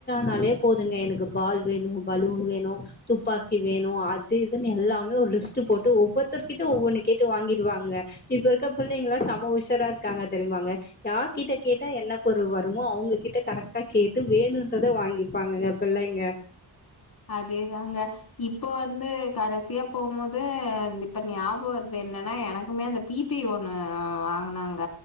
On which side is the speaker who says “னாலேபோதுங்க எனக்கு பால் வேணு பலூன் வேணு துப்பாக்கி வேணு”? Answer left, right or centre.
Left